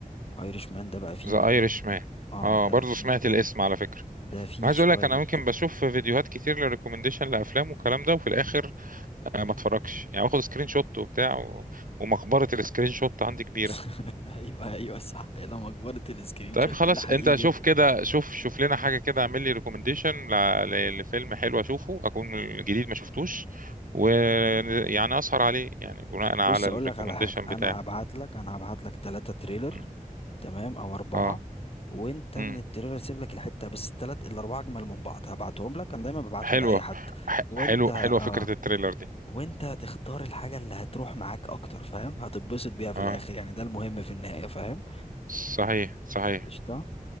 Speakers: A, on the left (about 40°); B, on the right (about 65°).
A: Irishman ده بقى فيه
B: ذا
A: مجموعه
B: ايرش مان
A: اه
B: اه
A: ده
B: برضه
A: فيه
B: سمعت الاسم على فكره
A: ده فيه
B: عايز
A: شويه
B: اقول لك انا ممكن بشوف فيديوهات كتير للريكومنديشن لافلام والكلام ده وفي الاخر آه ما اتفرجش يعني باخد سكرين شوت وبتاع و... ومقبره السكرين شوت عندي كبيره
A: <laughs> ايوه ايوه صح يا لما كبرت السكرين
B: طيب
A: شوت
B: خلاص
A: ده حقيقي
B: انت شوف كده شوف شوف لنا حاجه كده اعمل لي ريكومنديشن لفيلم حلو اشوفه اكون الجديد ما شفتوش ويعني اسهر عليه يعني بناء
A: بص
B: على
A: اقول
B: الريكومنديشن
A: لك على حاجه انا
B: بتاعك
A: هبعت لك انا هبعت لك ثلاثة تريلر
B: مم.
A: تمام او اربعه
B: اه
A: وانت
B: مم.
A: من التريلر سيب لك الحته بس الثلاث الاربعه اجمل من بعض هبعتهم لك انا دايما ببعتهم
B: حلوه
A: لاي حد
B: ح-
A: وانت
B: حلو
A: آه
B: حلوه فكره التريلر دي
A: وانت هتختار الحاجه اللي هتروح معاك اكتر فاهم هتتبسط بيها في
B: اه
A: الاخر يعني ده المهم في النهايه فاهم
B: صحيح صحيح
A: قشطه